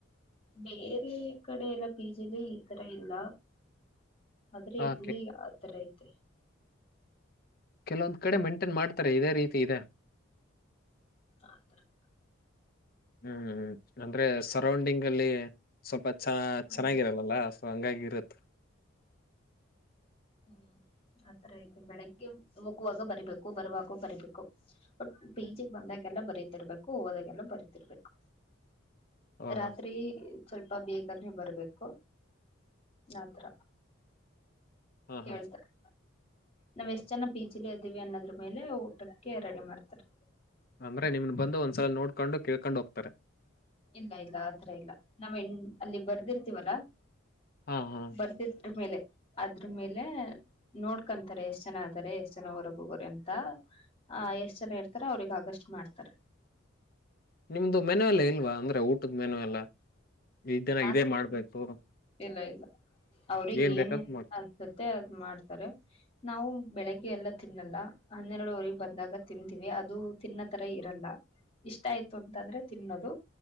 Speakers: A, on the left; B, on the left.
A: ಬೇರೆ ಕಡೆ ಎಲ್ಲ ಪಿಜಿಲಿ ಈ ತರ ಇಲ್ಲ. ಆದ್ರೆ
B: ಆ
A: ಇಲ್ಲಿ
B: ಕೆ-
A: ಆ ತರ ಐತೆ.
B: ಕೆಲವೊಂದ್ ಕಡೆ ಮೇಂಟೈನ್ ಮಾಡ್ತಾರೆ ಇದೇ ರೀತಿ ಇದೆ.
A: ಆದ್ರು.
B: ಹ್ಮ್ ಹ್ಮ ಅಂದ್ರೆ ಸರೌಂಡಿಂಗ್ ಅಲ್ಲಿ. ಸ್ವಲ್ಪ ಚ
A: ಹಾ
B: ಚೆನ್ನಾಗಿರಲ್ಲಲ್ಲ ಸೊ ಹಂಗಾಗಿ ಇರುತ್ತೆ.
A: ಹ್ಮ್ ಆತರ ಐತೆ ಬೆಳಗ್ಗೆ ಹೋಗುವಾಗ ಬರಿಬೇಕು ಬರುವಾಗ ಬರಿಬೇಕು. ಬಟ್ ಪಿ ಜಿ ಗ್ ಬಂದಾಗೆಲ್ಲ ಬರಿತಿರ್ಬೇಕು ಹೋದಾಗೆಲ್ಲ ಬರಿತಿರ್ಬೇಕು.
B: ಓಹೋ
A: ರಾತ್ರಿ ಸ್ವಲ್ಪ ಬೇಗನೆೇ ಬರ್ಬೇಕು ಆತರ.
B: ಹ
A: ಕೇಳ್ತಾರೆ
B: ಹಾ
A: ನಾವ್ ಎಷ್ಟ ಜನ ಪಿ ಜಿ ಲಿ ಇದ್ದೀವಿ ಅನ್ನೋದ್ರ ಮೇಲೆ ಊಟಕ್ಕೆ ರೆಡಿ ಮಾಡ್ತಾರೆ.
B: ಅಂದ್ರೆ ನಿಮ್ನ್ ಬಂದು ಒಂದ್ಸಲ ನೋಡ್ಕೊಂಡು ಕಳ್ಕೊಂಡ್ ಹೋಗ್ತಾರೆ.
A: ಇಲ್ಲ ಇಲ್ಲ ಆತರ ಇಲ್ಲ ನಾವ್ ಅಲ್ಲಿ ಬರ್ದಿರ್ತೀವಲ್ಲಾ.
B: ಹಾ ಹಾ
A: ಬರ್ತಿದ್ರ ಮೇಲೆ ಅದ್ರು ಮೇಲೆ. ನೋಡ್ಕೊಂತಾರೆ ಎಷ್ಟ್ ಜನ ಆದಾರರೆ ಎಷ್ಟ ಜನ ಹೊರಗ್ ಹೋಗೋರೆ ಅಂತ. ಅ ಎಷ್ಟ್ ಜನ ಇರ್ತಾರೆ ಅವ್ರಿಗ್ ಆಗಷ್ಟು ಮಾಡ್ತಾರೆ.
B: ನಿಮ್ದು ಮೆನು ಎಲ್ಲಾ ಇಲ್ವಾ ಅಂದ್ರೆ ಊಟದ ಮೆನು ಎಲ್ಲ. ಈ ದಿನ
A: ಆ
B: ಇದೇ ಮಾಡ್ಬೇಕು
A: ಇಲ್ಲ ಇಲ್ಲ ಅವ್ರಗ್
B: ಏನ್
A: ಏನ
B: ಬೇಕಂತ ಮಾಡ್ತೀವಿ
A: ಸತ್ತ ಅದ್ ಮಾಡ್ತಾರೆ. ನಾವು ಬೆಳಿಗ್ಗೆ ಎಲ್ಲ ತಿನ್ನಲ್ಲ ಹನ್ನೆರಡುವರಿಗ್ ಬಂದಾಗ ತಿನ್ಂತೀವಿ ಅದು. ತಿನ್ನತರ ಇರಲ್ಲ. ಇಷ್ಟ ಆಯ್ತು ಅಂತಂದ್ರೆ ತಿನ್ನೋದು